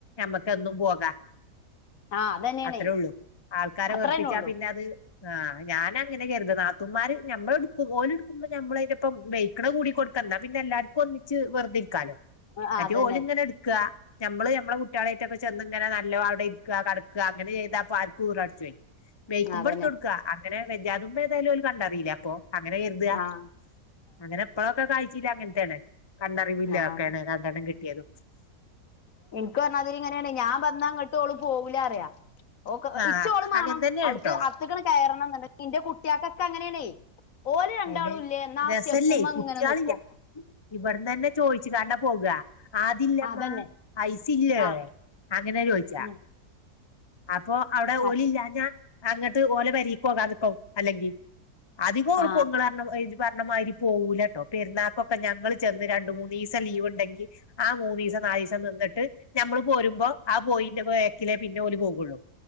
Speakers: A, on the left; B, on the left.
A: മ്മക്കന്നും പോകാം
B: ആഹ് അതന്നേണേ
A: അത്രേ ഉള്ളൂ ആൾക്കാരെ
B: അത്രന്നെ
A: വെറപ്പിച്ചാ
B: ഒള്ളൂ
A: പിന്നെ അത് ആ ഞാന അങ്ങനെത് നാത്തമാര് നമ്മടു ഓലെടുക്കുമ്പോ നമ്മപ്പ ബക്കണ കൂടി കൊടുക്കണ്ട പിന്നെ എല്ലർക്കും മിച്ച് വർദ്ധിക്കാലോ
B: ആഹ്
A: മറ്റേ
B: അതന്നെ
A: ഓല ഇങ്ങനെ എടുക്കുക നമ്മള് മ്മെ കുട്ടികളിയട്ടൊക്കെ ചെന്ന ഇങ്ങനെ നല്ലോ അവിടെ ഇരിക്കുക കട അങ്ങനെ ചെയ്താപ്പൊ ആർക്കും അടച്ച് <inaudible> യി വേക്കുമ്പോഴ
B: അതന്നെ
A: തടുക്കുക അങ്ങനെ അതുമ്പ ഏതായാലും ഒരു കണ്ടറിയില്ല <inaudible> ഇപ്പൊ അങ്ങനെ കരുതുക
B: ആഹ്
A: അങ്ങനെ എപ്പഴൊക്കെ കഴിച്ചില്ല അങ്ങനത്താണ് കണ്ടറിവില്ല
B: ആഹ്
A: ഒക്കെയാണ് രണ്ടെണ്ണം കിട്ടിയത്
B: എനിക്ക് പറഞ്ഞാൽ അതിരി ഇങ്ങനെയാണ് ഞാൻ വന്നാങ്ങോട്ട്ഓള് പോകൂല ഓ
A: ആഹ്
B: ഇച്ചോള വേണം
A: അങ്ങനെ തന്നെയാണ്
B: അവക്ക്
A: ട്ടോ
B: അക്ക കറണം നിന്റെ കുട്ടിയക്കെ അങ്ങനെയണ ഓര് രണ്ടാളും
A: അയിന്
B: ഇല്ലേ നായ
A: രസല്ലേ
B: സ്റ്റെപ്പമ്മ
A: കുട്ട്യാളില്ല
B: അങ്ങനെ നിക്കോ
A: ഇവിടന്ന് തന്നെ ചോയിച്ചു കണ്ടാ പോകുക ആതില്ലമ്മ
B: ആ അതന്നെ
A: പൈസല്ലേ
B: ആ
A: അങ്ങനെ ചോദിച്ചാ
B: ഉം
A: അപ്പൊ അവിടെ
B: ആ
A: ഒഓല ഇല്ലാഞ്ഞാ അങ്ങട്ട് ഓല വരിക്കോക നിക്കോ അല്ലെങ്കിൽ അധികം എളുപ്പങ്ങ
B: ആ
A: ഇ പറഞ്ഞ മാതിരി പോകൂലട്ടോ പെരുന്നാക്കൊക്കെ ഞങ്ങള് ചെന്ന് രണ്ട മൂന്നീസ ലീവ് ഉണ്ടെങ്കിൽ ആ മൂന്ന ദിവസം നാല ദിവസം നിന്നിട്ട് ഞമ്മള് പോരുമ്പോ ആ പോയി ക്കിലേ പിന്നെ ഓലു പോകുള്ളു